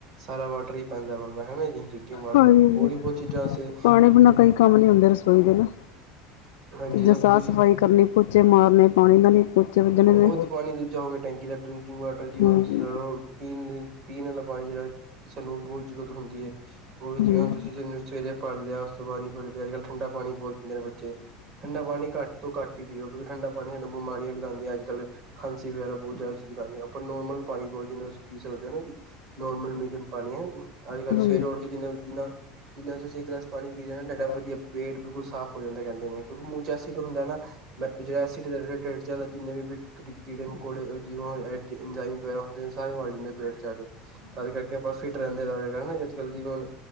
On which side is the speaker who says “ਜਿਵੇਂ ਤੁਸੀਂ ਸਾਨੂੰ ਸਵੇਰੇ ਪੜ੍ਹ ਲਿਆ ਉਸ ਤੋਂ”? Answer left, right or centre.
Right